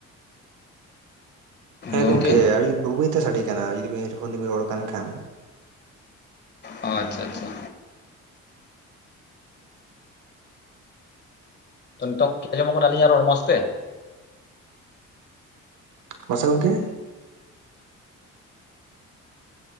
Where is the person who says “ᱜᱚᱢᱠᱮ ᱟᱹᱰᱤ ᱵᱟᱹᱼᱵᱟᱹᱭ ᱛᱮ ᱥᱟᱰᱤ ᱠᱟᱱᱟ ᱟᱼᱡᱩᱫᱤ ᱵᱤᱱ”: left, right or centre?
Right